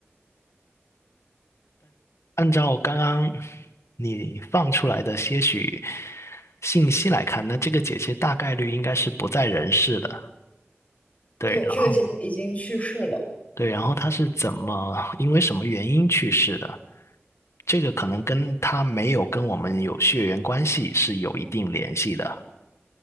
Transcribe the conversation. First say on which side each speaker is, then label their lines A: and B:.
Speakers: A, on the left; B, on the left.
A: 按照刚刚你放出来的些许信息来看，那这个姐姐大概率应该是不在人世的。对，
B: 对，
A: 然后
B: 这个姐姐已经去世了，
A: 对，然后她是怎么，因为什么原因去世的？这个可能跟她没有跟我们有血缘关系是有一定联系的，